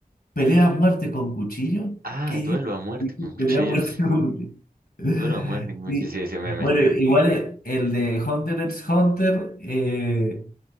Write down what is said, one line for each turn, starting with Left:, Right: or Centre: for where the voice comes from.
Left: pelea a muerte con cuchillo.
Right: Ah,
Left: ¿Qué?
Right: Duelo a muerte
Left: <laughs>
Right: con cuchillos.
Left: Pelea a muerte con cuchillo. <laughs>
Right: Duelo a muerte con cuchillos,
Left: Y,
Right: sí, ese meme.
Left: bueno, igual e- el de Hunter x Hunter eh,